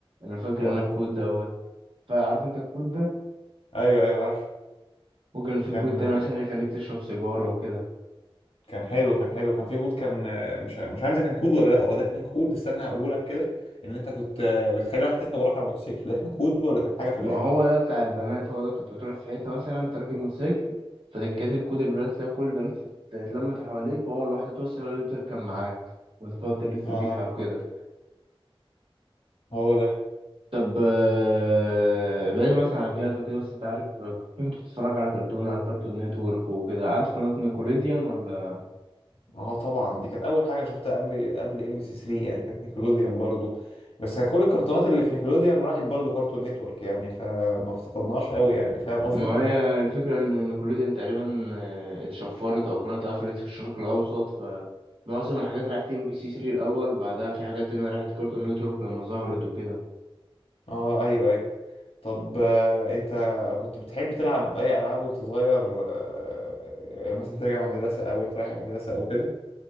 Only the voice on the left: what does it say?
هو
ده
ايوه ايوه عارف
كان
كان حلو كان حلو كان في كود كان مش عارف- مش عارف ده كان كود ولا لا هو ده كان كود استنى هقوله لك كده ان انت كنت بتخلي واحد يركب وراك على الموتوسيكل ده كان كود ولا كان حاجه في
اللعبه
اه
هو ده
اه طبعا دي كانت اول حاجه شفتها قبل قبل ام بي سي 3 يعني كانت نيكلوديان برضو بس كان كل الكرتونات اللي في نيكلوديان راحت برضو كارتون نتورك يعني فما افتقدناهاش قوي يعني فاهم قصدي
اه ايوه ايوه طب آه، انت كنت بتحب تلعب اي العاب وانت صغير آه، يعني مثلا ترجع من المدرسه او انت رايح المدرسه او كده